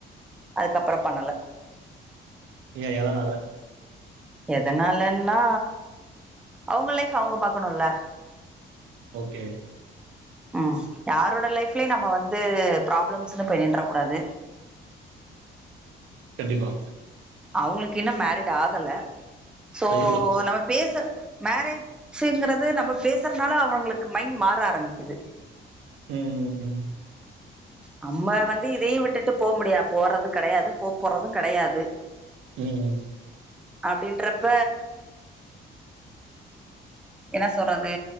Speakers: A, in the centre; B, on the right.
A: அதுக்கப்பரோ பண்ணல
B: ஏ எதனால
A: எதனாலன்னா அவுங்க லைஃப் அவுங்க பாக்கனுல
B: ஓகே
A: ம் யாரோட லைஃப் ப்ல நம்ம வந்து ப்ராப்ளம்ஸ்னு போய் நின்ற கூடாது
B: கண்டிப்பா
A: அவுங்ளுக்கு இன்னு மேரிட் ஆகல சோ
B: ஐயோ
A: நம்ம பேச மேரேஜ்ங்கரது நம்ம பேசுறனால அவுங்களுக்கு மைண்ட் மாற ஆரம்பிக்கிது
B: ம் ம்
A: நம்ம வந்து இதயு விட்டுட்டு போ முடியா போறது கெடையாது போ போறது கெடையாது
B: ம் ம்
A: அப்டின்ரப்ப என்ன சொல்றது